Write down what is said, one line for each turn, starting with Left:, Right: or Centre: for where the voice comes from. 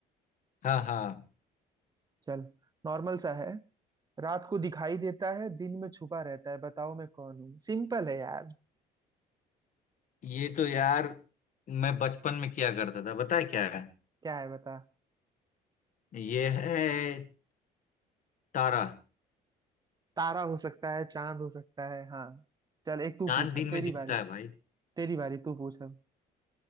Left: हाँ हाँ
Right: चल नॉर्मल सा है रात को दिखाई देता है दिन में छुपा रहता है बताओ मैं कौन हूँ सिंपल है यार
Left: ये तो यार मैं बचपन में किया करता था बता क्या है
Right: क्या है बता
Left: ये है तारा
Right: तारा हो सकता है चांद हो सकता है हाँ चल एक तू
Left: चांद
Right: पूछा
Left: दिन
Right: तेरी
Left: में दिखता
Right: बारी
Left: है भाई
Right: तेरी बारी तू पूछा